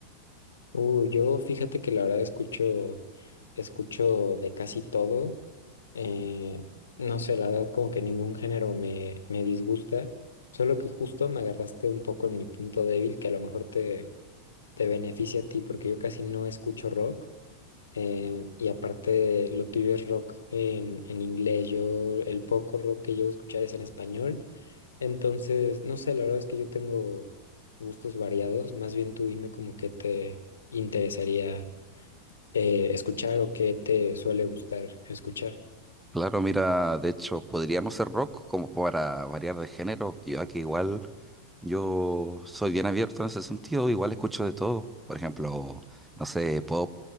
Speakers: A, on the left; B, in the centre.
A: Uh, yo fíjate que la verdad escucho, escucho de casi todo. Eh, no sé, la verdad como que ningún género me, me disgusta, solo que justo me agarraste un poco en mi punto débil, que a lo mejor te, te beneficia a ti, porque yo casi no escucho rock. Em, y aparte, lo tuyo es rock en, en inglés. Yo, el poco rock que llego a escuchar es en español. Entonces, no sé, la verdad es que yo tengo gustos variados. Más bien tú dime como qué te interesaría eh, escuchar o qué te suele gustar escuchar.
B: Claro, mira, de hecho, podría no ser rock como para variar de género, y aquí igual yo soy bien abierto en ese sentido, igual escucho de todo. Por ejemplo, no sé, pop,